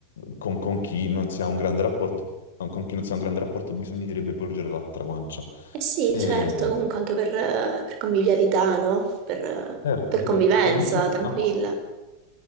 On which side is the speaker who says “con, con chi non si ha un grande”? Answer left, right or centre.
Left